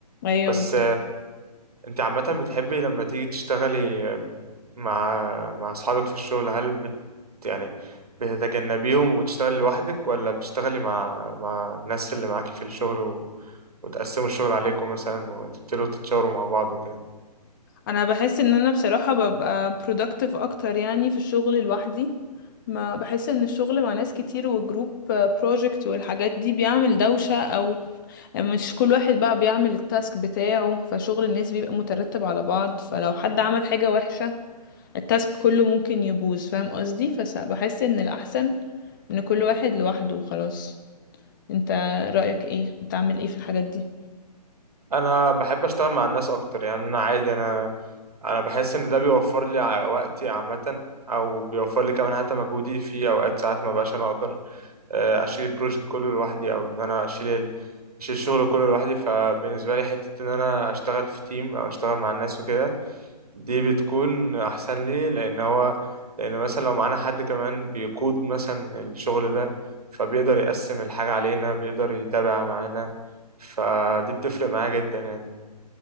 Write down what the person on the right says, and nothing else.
بس
انت عامة بتحبي لما تيجي تشتغلي مع مع اصحابك في الشغل هل بت يعني بتتجنبيهم وتشتغلي لوحدك ولا بتشتغلي مع مع الناس اللي معاكي في الشغل و... وتقسموا الشغل عليكم مثلا وتبتدوا تتشاوروا مع بعض وكده
انا بحب اشتغل مع الناس اكتر يعني انا عادي انا انا بحس ان ده بيوفر لي ع- وقتي عامه او بيوفر لي كمان حتى مجهودي في اوقات ساعات ما بقاش انا اقدر آه، اشيل البروجكت كله لوحدي او ان انا اشيل ال... اشيل الشغل كله لوحدي فبالنسبه لي حته ان انا اشتغل في تيم او اشتغل مع الناس وكده دي بتكون احسن لي لان هو لان مثلا لو معانا حد كمان بيقود مثلا الشغل ده فبيقدر يقسم الحاجة علينا بيقدر يتابع معانا فدي بتفرق معاه جدا يعني